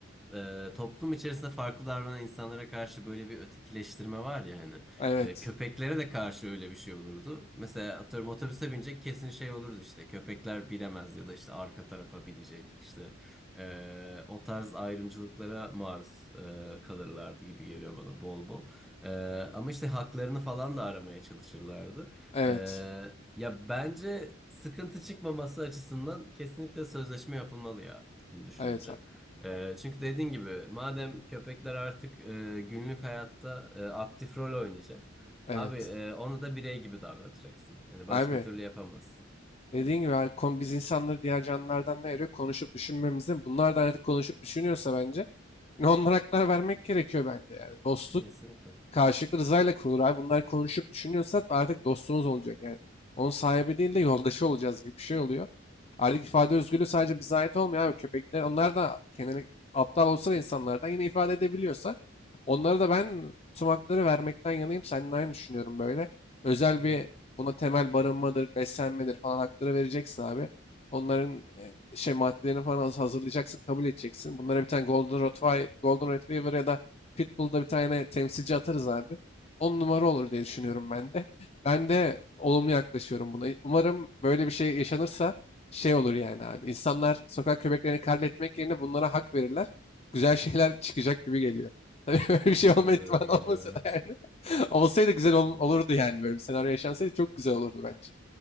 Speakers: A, in the centre; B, on the left.
A: e, toplum içerisinde farklı davranan insanlara karşı böyle bir ötekileştirme var ya hani.
B: Evet.
A: E, köpeklere de karşı öyle bir şey olurdu. Mesela atıyorum otobüse binecek kesin şey olurdu işte. Köpekler bilemez ya da işte arka tarafa binecek. işte e, o tarz ayrımcılıklara maruz e, kalırlardı gibi geliyor bana bol bol. E, ama işte haklarını falan da aramaya çalışırlardı.
B: Evet.
A: E, ya bence sıkıntı çıkmaması açısından kesinlikle sözleşme yapılmalı ya. Şimdi düşününce.
B: Evet. a-
A: Ee, çünkü dediğin gibi madem köpekler artık e, günlük hayatta e, aktif rol oynayacak.
B: Evet.
A: Abi e, onu da birey gibi davranacaksın. Yani
B: Abi
A: başka türlü yapamazsın.
B: dediğin gibi abi, kon- biz insanları diğer canlılardan ne ayırıyor? Konuşup düşünmemizde. Bunlar da artık konuşup düşünüyorsa bence. Ne onlara haklar vermek gerekiyor bence yani. Dostluk
A: Kesinlikle.
B: Karşılıklı rızayla kurulur abi. Bunlar konuşup düşünüyorsa artık dostumuz olacak yani. Onun sahibi değil de yoldaşı olacağız gibi bir şey oluyor. Artık ifade özgürlüğü sadece bize ait olmuyor abi. Köpekler onlar da kendini aptal olsa da insanlardan yine ifade edebiliyorsa onlara da ben tüm hakları vermekten yanayım. Seninle aynı düşünüyorum böyle. Özel
A: Hı
B: bir
A: hı.
B: buna temel barınmadır, beslenmedir falan hakları vereceksin abi. Onların e, şey maddelerini falan hazırlayacaksın, kabul edeceksin. Bunlara bir tane Golden Retriever, Golden Retriever ya da Pitbull'da bir tane temsilci atarız abi. on numara olur diye düşünüyorum ben de. Ben de olumlu yaklaşıyorum buna. Umarım böyle bir şey yaşanırsa şey olur yani abi. İnsanlar sokak köpeklerini katletmek yerine bunlara hak verirler. Güzel <laughs> şeyler çıkacak gibi geliyor. <laughs> Böyle bir
A: Abi
B: şey
A: bana
B: olma ihtimali
A: da öyle
B: olmasa
A: geliyor evet.
B: da yani. <laughs> Olsaydı güzel ol- olurdu yani böyle bir senaryo yaşansaydı çok güzel olurdu bence.